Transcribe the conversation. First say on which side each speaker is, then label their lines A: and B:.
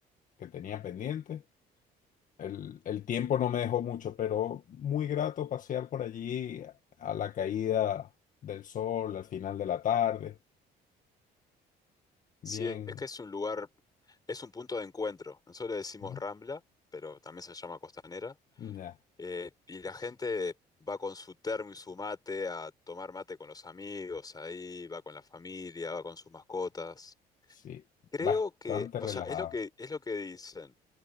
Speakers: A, on the left; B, on the left.
A: que tenía pendiente, el, el tiempo no me dejó mucho, pero muy grato pasear por allí a la caída del sol, al final de la tarde
B: Sí,
A: Bien.
B: es que es un lugar, es un punto de encuentro. Nosotros le decimos
A: ¿eh?
B: Rambla, pero también se llama Costanera.
A: Ya.
B: Eh, y la
A: Sí,
B: gente va con su termo y su mate a tomar mate con los amigos, ahí va con la familia, va con sus mascotas.
A: sí,
B: Creo
A: bastante
B: que, o
A: relajado.
B: sea, es lo que, es lo que dicen,